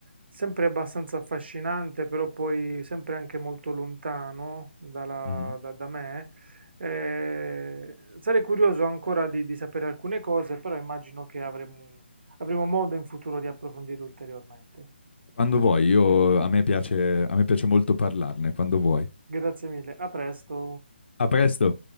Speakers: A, on the right; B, on the left.
A: sempre abbastanza affascinante, però poi sempre anche molto lontano dalla-
B: Mhm.
A: da, da me. Eh, sarei curioso ancora di, di sapere alcune cose, però immagino che avremo, avremo modo in futuro di approfondire ulteriormente.
B: Quando vuoi, io,
A: <laughs>
B: a me piace, a me piace molto parlarne, quando vuoi.
A: Grazie mille, a presto.
B: A presto!